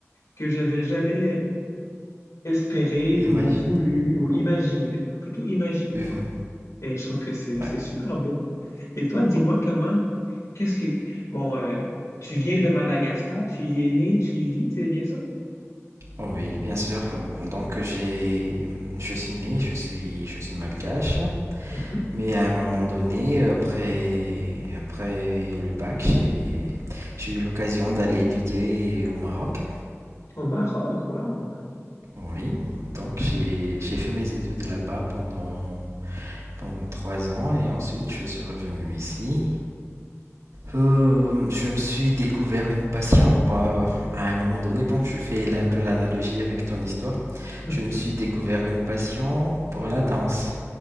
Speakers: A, on the left; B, on the right.
A: que j'avais jamais espéré
B: Imagine.
A: ou voulu ou imaginé, plutôt imaginé,
B: Euh,
A: ouais. Et je trouve que c'est
B: ouais.
A: c'est super beau. Et toi, dis-moi comment, qu'est-ce que, bon, euh, tu viens de Madagascar, tu y es né, tu y vis, c'est bien ça?
B: Oh oui, bien sûr. Euh, bon, Donc j'ai, je suis né, je suis, je suis malgache.
A: Mhm.
B: Mais à un moment donné, après, après le bac, j'ai, j'ai eu l'occasion d'aller étudier au Maroc.
A: Au Maroc, wow.
B: Oui, donc j'ai j'ai fait mes études là-bas pendant pendant trois ans et ensuite je suis revenu ici. Euh, je me suis découvert une passion pas- à un moment donné. Bon, je fais là un peu l'analogie avec ton histoire.
A: Mhm.
B: Je me suis découvert une passion pour la danse.